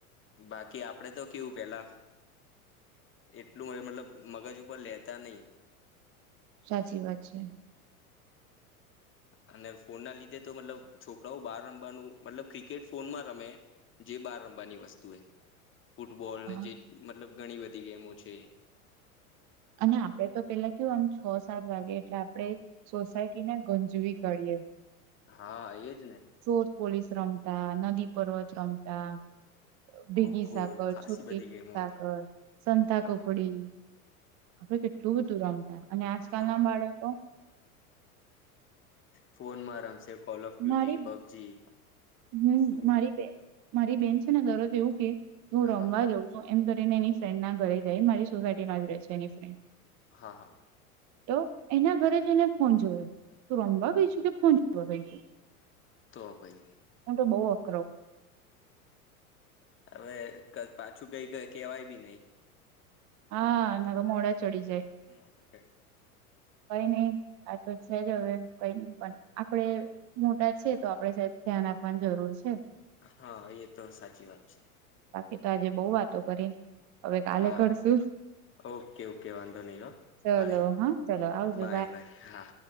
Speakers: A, on the left (about 25°); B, on the right (about 40°).
A: બાકી આપડે તો કેવું પેલા એટલું મતલબ મગજ ઉપર લેતા નહ
B: સાચી વાત છે
A: અને ફોનના લીધે તો મતલબ છોકરાઓ બહાર રમવાનું મતલબ ક્રિકેટ ફોનમાં રમે જે બાર રમવાની વસ્તુ એ ફૂટબોલને
B: હા
A: જે મતલબ ઘણી બધી ગેમો છે.
B: અને આપડે તો પેલા કેવું આમ છ સાત વાગે એટલે આપ આપણે સોસાયટીને ગુંજવી કાળીએ.
A: હા એ જ
B: ચોર પોલીસ રમતા, નદી પર્વત રમતા ભેગી
A: ખોખો
B: સાકર,
A: ખાસી
B: છોટી
A: બધી ગેમો
B: સાકર,
A: હતી
B: સંતા
A: હા
B: કકડી આપણે કેટલું બધું રમતા અને આજકાલના
A: હા
B: બાળકો
A: ફોનમાં રમશે કોલ ઓફ ડ્યુટી,
B: મારી
A: પબજી,
B: હમ
A: શું
B: મારી બેન મારી બેન છે ને દરોજ એવું કે હું રમવા
A: હા
B: જઉં છું. એમ કરીને એની ફ્રેન્ડના ઘરે જાય મારી સોસાયટીમાં જ રે છે. તેની ફ્રેન્ડ.
A: હા હા
B: તો એના ઘરે જ એને ફોન જોયો. તું રમવા ગઈ છુ કે ફોન જોવા ગઈ છું.
A: તો પઈ
B: હું તો બહુ અકરો
A: હવે ક પાછું કઈ કઈ કેવાય બી નહીં.
B: હા ન તો મોડા ચડી જાય.
A: મોટા ચડી જાય
B: કઈ નઈ આ તો છે જ હવે કઈ નઈ પન આપણે મોટા છીએ તો આપણે સેજ ધ્યાન આપવાની જરૂર છે.
A: હા એ તો સાચી વાત છે.
B: પિતા આજે બહુ વાતો કરી હવે કાલે
A: હા
B: કરશું
A: ઓકે ઓકે વાંધો નહી હ
B: ચલો
A: બાય
B: હા ચલો આવજો
A: બાય બાય હા.